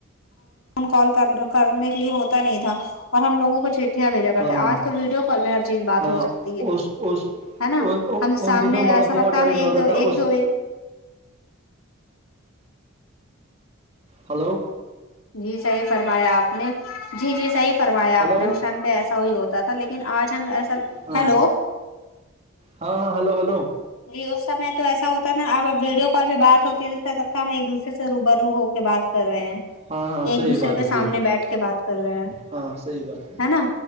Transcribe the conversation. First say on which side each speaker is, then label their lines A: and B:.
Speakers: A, on the left; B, on the right.
A: کال کر کرنے کے لیے ہوتا نہیں تھا اور ہم لوگوں کو چٹھیاں بھیجا کرتے
B: ہاں ہاں
A: آج تو ویڈیو کال میں ہر چیز بات
B: ہاں
A: ہو سکتی ہے
B: اس اس
A: ہے نا
B: ان
A: ہم سامنے
B: دنوں مطلب
A: ایسا
B: بہت ٹائم
A: ہے ہم ایک
B: لگتا
A: دو
B: تھا
A: ایک
B: اس
A: دو
B: ہلو
A: جی صحیح فرمایا آپ نے جی جی صحیح فرمایا
B: ہلو
A: آپ نے اس ش پہ ایسا وہ ہوتا تھا لیکن آج ہم ایسا
B: ہاں
A: ہیلو
B: ہاں ہاں ہلو ہلو
A: جی اس سمے تو ایسا ہوتا نا اب ویڈیو کال بھی بات ہوتی ہے تو سگتا ہم ایک دوسرے سے روبرو ہو پ سے بات کر رہے ہیں
B: ہاں ہاں
A: ایک
B: صحیح
A: دوسرے
B: بات
A: کے
B: ہے
A: سامنے
B: صحیح بات
A: بیٹھ
B: ہے
A: کے بات کر رہے ہیں
B: ہاں صحیح بات
A: ہے نا